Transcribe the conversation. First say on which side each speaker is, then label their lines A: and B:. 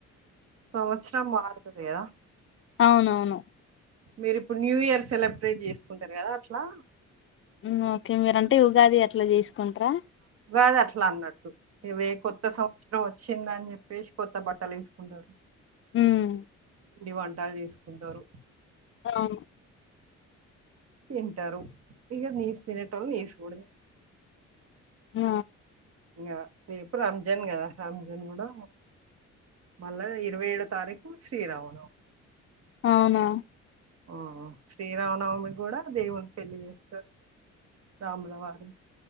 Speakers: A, on the right; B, on the left.
A: సంవత్సరం మార్తది వేల
B: అవునవును
A: మీరు ఇప్పుడు న్యూ ఇయర్ సెలబ్రేట్ చేసుకుంటారు కదా అట్లా
B: ఉమ్ ఓకే మీరంటే యు గాది అట్లా చేస్ కుంట్రా
A: గాది అట్లా అన్నట్టు ఇవే కొత్త సంవత్సరం వ చిందని చెప్పేసి కొత్త బట్టలు ఏసుకుంటారు
B: ఉమ్
A: దివాన్ టాలు చేసుకుంటారు
B: అవును
A: తింటరు ఇగా నీసు తినేటోళ్ళు నీసుకూడ
B: ఆ
A: ఇంగా రేపు రంజాన్ కదా రంజాన్ కూడా మళ్ళా ఇరవైఏడో తారీఖు శ్రీరామనవమి.
B: అవునా.
A: ఆ శ్రీరామనవమి కూడా దేవుని పెళ్ళి చేస్తరు రాముల వారి